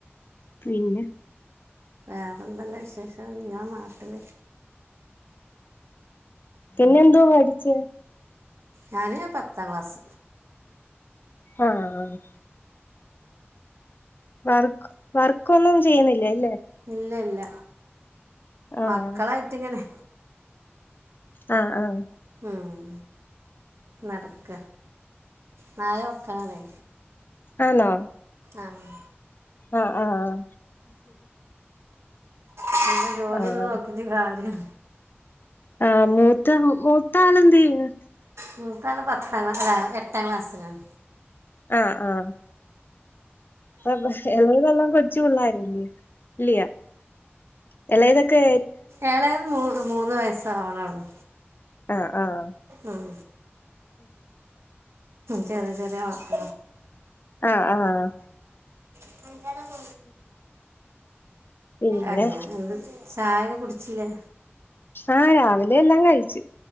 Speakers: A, on the left (about 50°); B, on the right (about 80°).
A: പിന്നെ
B: വേറെ എന്തല്ല വിശേഷം നിങ്ങള നാട്ടില്
A: പിന്നെ എന്തോ മേഠിച്ച
B: ഞാന് പത്താം ക്ലാസ്
A: ആഹ് വർക്ക് വർക്ക്ന്നും ചെയ്യുന്നില്ലേ അല്ലേ
B: ഇല്ല ഇല്ല
A: ആഹ്
B: മക്കളായിട്ട്ങ്ങനെ
A: ആഹ് ആഹ്
B: ഉം നടക്ക നാല് വക്കാനാണേ
A: ആണോ
B: ആഹ്
A: ആഹ് ആഹ്
B: പിന്നെ ജോലിന്ന്
A: ആഹ്
B: നോക്കിണ്ട കാര്യം
A: ആഹ് മൂത്ത മൂത്ത ആള എന്ത് ചെയ്യന്നെ
B: നങ്ങൾക്കത് പത്താം എട്ടാം ക്ലാസ്സിലാണ്
A: ആഹ് ആഹ് അ എല്ല വെല്ലം കൊടച്ച് പിള്ളരല്ല ഇല്ലയ അല്ല ഇതൊക്കെ
B: ഏളായത് മൂ മൂന്ന് വയസ്സ ആവണള്ളു
A: ആഹ് ആഹ്
B: ഉം ചെറിയ ചെറിയ മക്ക
A: ആഹ് ആഹ്
B: <unintelligible>
A: പിന്നെ
B: അങ്ങനെ എന്ത് ചായൊക്കെ കുടിച്ചില്ലേ
A: ആഹ് രാവിലെ എല്ലാം കഴിച്